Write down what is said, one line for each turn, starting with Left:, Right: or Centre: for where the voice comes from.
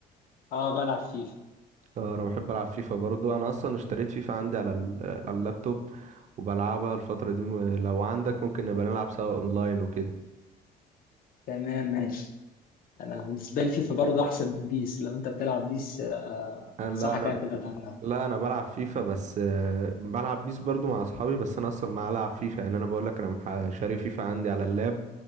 Left: اه بلعب فيفا
Right: آه، انا بحب العب فيفا برضو انا اصلا اشتريت فيفا عندي على ال- على اللابتوب وبلعبها الفترة دي م- لو عندك ممكن نبقى نلعب سوا اونلاين وكده
Left: تمام ماشي انا بالنسبة لي فيفا برضه احسن من بيس لو انت بتلعب بيس آه،
Right: انا
Left: انصحك
Right: لا انا
Left: يعني تبعد عنها
Right: لا انا بلعب فيفا بس آه، بلعب بيس برضو مع اصحابي بس انا اصلا ما العب فيفا يعني انا بقول لك انا مح- شاري فيفا عندي على اللاب